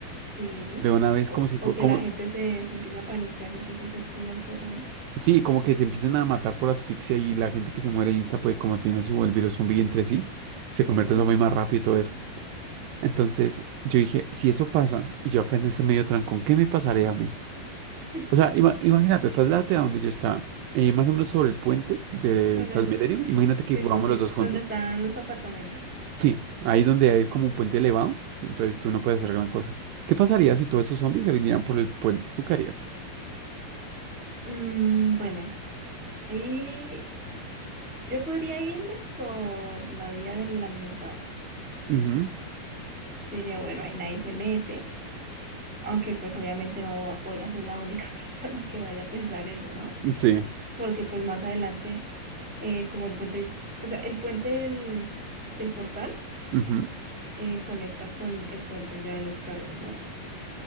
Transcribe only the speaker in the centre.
Sí, sí, sí.
O,
o
que
la gente se, se empieza a paniquear y empieza a hacer tumulto re.
Sí,
sí,
sí. <laughs>
Donde-
Sí,
sí, sí.
¿Dónde están los apartamentos?
Mm, bueno, ahí yo podría irme por la vía del alimentador.
Yo diría, bueno, ahí nadie se mete, aunque pues obviamente no voy a ser la única <laughs> persona que vaya a pensar eso, ¿no?
Porque pues más adelante, eh, como el puente, o sea, el puente del, del portal
eh, conecta con el puente ya de los carros, ¿no?